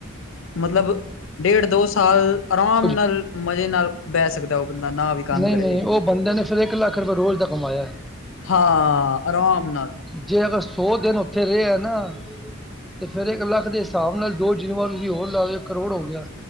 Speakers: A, on the left; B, in the centre.
A: ਮਤਲਬ ਡੇਢ- ਦੋ ਸਾਲ ਆਰਾਮ
B: ਕੁਝ
A: ਨਾਲ ਮਜ਼ੇ ਨਾਲ ਬਹਿ ਸਕਦਾ ਉਹ। ਬੰਦਾ ਨਾ ਵੀ ਕੰਮ
B: ਨਹੀਂ-
A: ਕਰੇ
B: ਨਹੀਂ
A: ਤੇ
B: ਉਹ ਬੰਦ ਨੇ ਫਿਰ ਇੱਕ ਲੱਖ ਰੁਪਏ ਰੋਜ਼ ਦਾ ਕਮਾਇਆ।
A: ਹਾਂ। ਆਰਾਮ ਨਾਲ।
B: ਜੇ ਅਗਰ ਸੌ ਦਿਨ ਉੱਥੇ ਰਹੇ ਹੈ ਨਾ। ਅਤੇ ਫਿਰ ਇੱਕ ਲੱਖ ਦੇ ਹਿਸਾਬ ਨਾਲ ਦੋ ਜਿੰਨਵਾਰ ਤੁਸੀਂ ਹੋਰ ਲਾ ਦਿਓ ਕਰੋੜ ਹੋ ਗਿਆ।